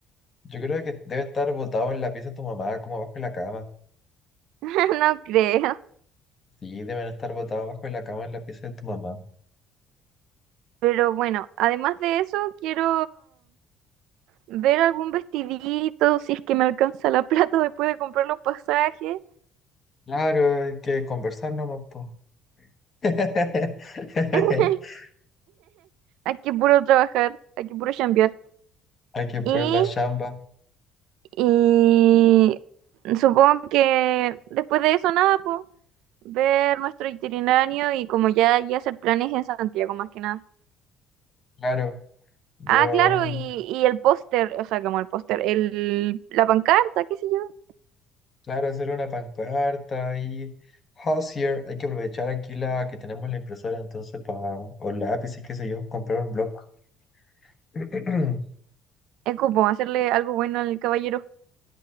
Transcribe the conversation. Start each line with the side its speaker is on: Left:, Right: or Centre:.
Left: Yo creo que debe estar botado en la pieza de tu mamá, como abajo en la cama.
Right: <laughs> no creo.
Left: Sí, deben estar botados abajo en la cama en la pieza de tu mamá.
Right: Pero bueno, además de eso, quiero ver algún vestidito, si es que me alcanza la plata después de comprar los pasajes.
Left: Claro, hay que conversar nomás, po. <laughs>
Right: <laughs> Hay que puro trabajar, hay que puro chambear.
Left: Hay que poner
Right: Y,
Left: la chamba.
Right: y supongo que después de eso nada, pues ver nuestro itinerario y como ya, ya hacer planes en Santiago más que nada.
Left: Claro, yo
Right: Ah,
Left: aún,
Right: claro, y, y el póster, o sea, como el póster, el, la pancarta, qué sé yo.
Left: claro, hacer una pancarta y Hozier. Hay que aprovechar aquí la que tenemos la impresora, entonces, para, o lápices, qué sé yo, comprar un bloc. <clears throat>
Right: Es como hacerle algo bueno al caballero.